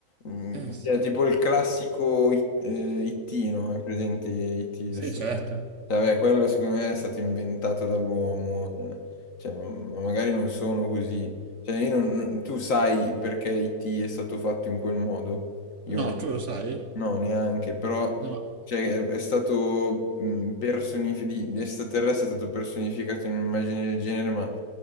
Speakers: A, on the left; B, on the right.
A: mm,
B: Eh sì,
A: cioè, tipo il classico I- eh, IT, no? È presente IT?
B: sì
A: è stato-
B: certo.
A: cioè, Vabbè, quello secondo me è stato inventato dall'uomo, eh. Cioè, ma ma magari non sono così. Cioè, io non- non- tu sai perché IT è stato fatto in quel modo? Io
B: No,
A: no,
B: tu lo sai?
A: no, neanche, però
B: No.
A: cioè, è, è stato personificato, l'estraterrestre è stato personificato in un'immagine del genere, ma